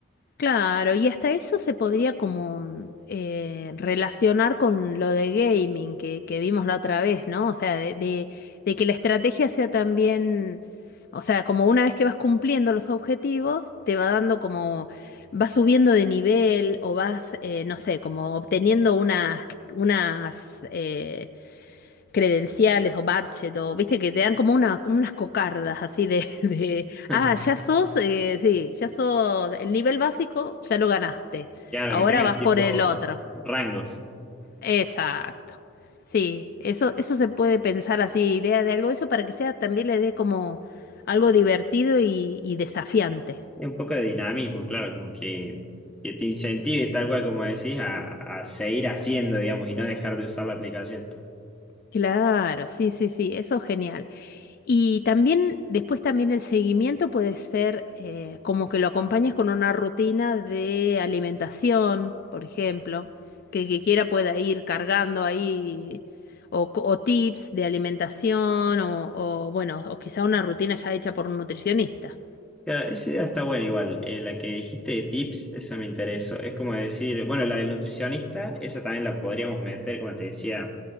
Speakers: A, on the left; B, in the centre.
A: Claro, y hasta eso se podría como mm, eh, relacionar con lo de gaming que, que vimos la otra vez, ¿no? O sea, de, de- de que la estrategia sea también, o sea, como una vez que vas cumpliendo los objetivos, te va dando como, vas subiendo de nivel o vas, eh, no sé, como obteniendo unas, unas eh, credenciales o badge o viste que te dan como una, como unas cocardas así de, <laughs> de
B: <laughs>
A: ah, ya sos, eh, sí, ya sos el nivel básico, ya lo ganaste.
B: Claro,
A: Ahora
B: que tengas
A: vas
B: tipo
A: por el otro.
B: rangos.
A: Exacto. Sí, eso, eso se puede pensar así, idea de algo de eso para que sea también le dé como algo divertido y, y desafiante.
B: Y un poco de dinamismo, claro, como que, que te incentive, tal cual como decís, a, a seguir haciendo, digamos, y no dejar de usar la aplicación.
A: Claro, sí, sí, sí, eso es genial. Y también, después también el seguimiento puede ser eh, como que lo acompañes con una rutina de alimentación, por ejemplo, que el que quiera pueda ir cargando ahí, o, co- o tips de alimentación, o, o, bueno, o quizá una rutina ya hecha por un nutricionista.
B: Claro, esa idea está buena igual. Eh, la que dijiste de tips, esa me interesó. Es como decir, bueno, la del nutricionista, esa también la podríamos meter, como te decía,